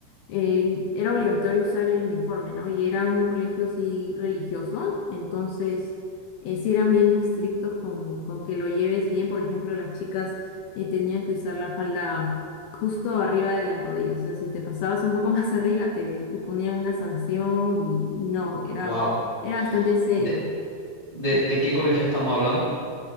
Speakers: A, on the left; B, on the right.
A: eh, era obligatorio usar el uniforme, ¿no? Y era un colegio sí religioso, entonces eh, sí eran bien estrictos con, con que lo lleves bien. Por ejemplo, las chicas eh, tenían que usar la falda justo arriba de las rodillas, o sea, si te pasabas un poco <laughs> más arriba te, te ponían una sanción y, y no, era,
B: Wow.
A: era bastante serio.
B: ¿De, de,
A: Sí.
B: de qué colegio estamos hablando?